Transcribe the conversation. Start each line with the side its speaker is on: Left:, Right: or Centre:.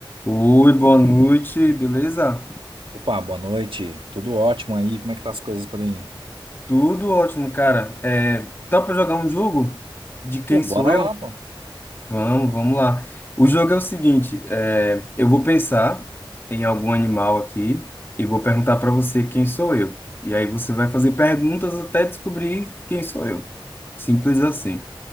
Left: Oi, boa noite, beleza?
Right: Opa, boa noite. Tudo ótimo aí? Como é que tá as coisas por aí?
Left: Tudo ótimo, cara. É, tá pra jogar um jogo? De quem
Right: Pô, bora
Left: sou eu?
Right: lá, pô.
Left: Vamos, vamos lá. O jogo é o seguinte: é, eu vou pensar em algum animal aqui e vou perguntar pra você quem sou eu. E aí você vai fazer perguntas até descobrir quem sou eu. Simples assim,